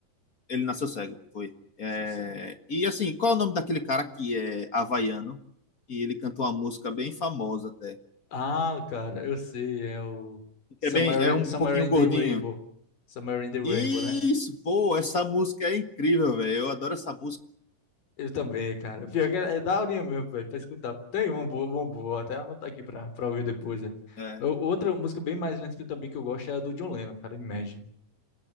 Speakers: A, on the left (about 50°); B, on the left (about 80°).
A: Ele nasceu cego, foi. É,
B: Nasceu cego.
A: E assim, qual é o nome daquele cara que é havaiano? E ele cantou uma música bem famosa até.
B: Ah, cara, eu sei. É o Somewhere,
A: Que é bem, é um um
B: Somewhere
A: pouquinho
B: in
A: gordinho.
B: the Rainbow. Somewhere in the Rainbow,
A: Isso,
B: né?
A: pô, essa música é incrível, velho. Eu adoro essa música.
B: Eu também, cara. Pior que é, é daorinha mesmo, velho, pra escutar. Tem uma boa, uma boa, vou até anotar aqui pra, pra ouvir depois, né?
A: É,
B: Eu- Outra música bem mais lenta que eu também que eu gosto é a do John Lennon, cara, Imagine.